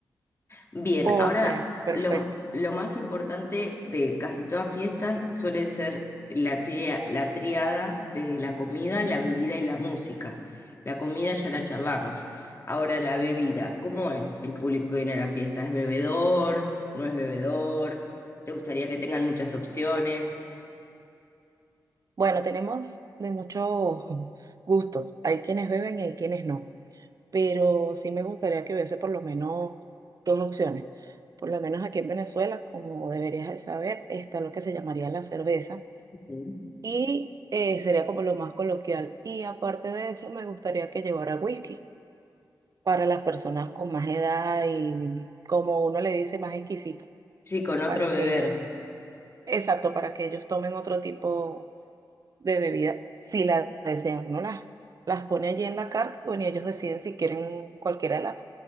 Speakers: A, on the left (about 35°); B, on the right (about 50°).
A: Bien,
B: Ok,
A: ahora
B: perfecto.
A: lo, lo más importante de casi toda fiesta suele ser la tria- la triada de la comida, la bebida y la música. La comida ya la charlamos. Ahora la bebida, ¿cómo es el público que viene a la fiesta? ¿Es bebedor? ¿No es bebedor? ¿Te gustaría que tengan muchas opciones?
B: Bueno, tenemos de muchos <laughs> gustos. Hay quienes beben y hay quienes no. pero sí me gustaría que hubiese por lo menos dos opciones. Por lo menos aquí en Venezuela, como deberías de saber, está lo que se llamaría la cerveza
A: Ujú.
B: y eh, sería como lo más coloquial. Y aparte de eso, me gustaría que llevara whisky para las personas con más edad y como uno le dice, más exquisita,
A: Sí, con otro
B: para
A: beber.
B: que ellos, exacto, para que ellos tomen otro tipo de bebida si la desean. Uno las, las pone allí en la carta bueno, y ellos deciden si quieren cualquiera de las